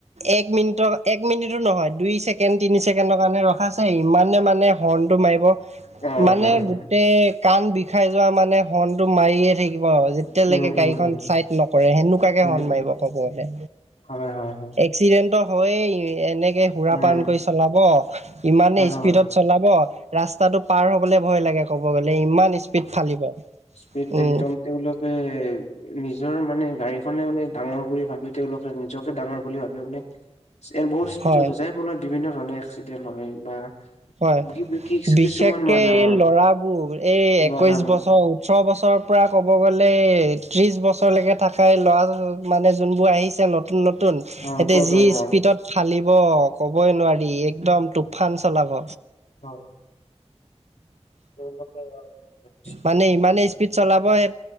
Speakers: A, on the right; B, on the left.
A: এক মিনিটৰ, এক মিনিটো নহয়, দুই ছেকেণ্ড, তিনি ছেকেণ্ডৰ কাৰণে ৰখাইছে, ইমানে মানে হৰ্ণটো মাৰিব
B: অ
A: মানে
B: হয় হয়
A: গোটেই কাণ বিষাই যোৱা মানে হৰ্ণটো মাৰিয়ে থাকিব। অ, যেতিয়ালৈকে
B: উম, উম,
A: গাড়ীখন
B: উম,
A: চাইড নকৰে, সেনেকুৱাকে
B: উম,
A: হৰ্ণ
B: উম,
A: মাৰিব, ক'ব গ'লে।
B: হয়, হয়, হয়।
A: এক্সিডেণ্ট হয়েই, এনেকে সুৰাপান
B: উম,
A: কৰি চলাব। ইমানে
B: হয়, হয়,
A: স্পীডত চলাব, ৰাস্তাটো পাৰ হ'বলৈ ভয় লাগে ক'ব গ'লে ইমান স্পীড ফালিব।
B: স্পিড
A: উম
B: একদম তেওঁলোকে নিজৰ মানে গাড়ীখনে মানে ডাঙৰ বুলি ভাবি তেওঁলোকে, নিজকে ডাঙৰ বুলি ভাবি মানে বহুত স্পীডত
A: হয়
B: যায়, যাই ফলত বিভিন্ন ধৰণৰ এক্সিডেণ্ট হয় বা
A: হয়,
B: কি- কি-
A: বিশেষকে
B: কিছুমান মানুহৰ
A: এই ল'ৰাবোৰ, এই একৈশ
B: ল'ৰাবোৰ
A: বছৰ ওঁঠৰ বছৰৰ পৰা ক'ব গ'লে ত্ৰিছ বছৰলৈকে থাকাই ল'ৰা মানে যোনবোৰ আহিছে নত নতুন-নতুন,
B: অ',
A: সেহেতে
B: প্ৰজন্মৰ
A: যি স্পীডত ফালিব ক'বই নোৱাৰি, একদম টোফান চলাব।
B: হয়। তেওঁলোকে হয়,
A: মানে ইমানে স্পীড চলাব সে